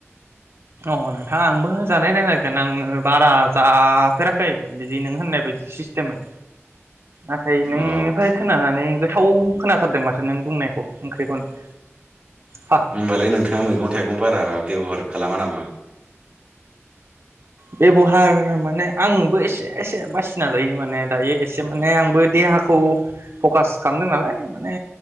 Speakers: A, on the right; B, on the right.
A: औ नोंथां आंबो जानाय नायनागोन आङो बारा जाफेराखै बिदि नों होननाय बायदि सिस्टेमै। नाथाय नोंनिफ्राय
B: अ
A: खोनानानै गो थाव खोनाथारदों माथो नों बुंनायखौ ओंख्रिखौनो हा
B: होमबालाय नोंथाङा मैगं थाइगं बारा बेब'हार खालामा नामा?
A: बेबहार माने आंबो एसे एसे बासिना जायो माने। दायो एसे माने आंबो देहाखौ फकास खामदों नालाय माने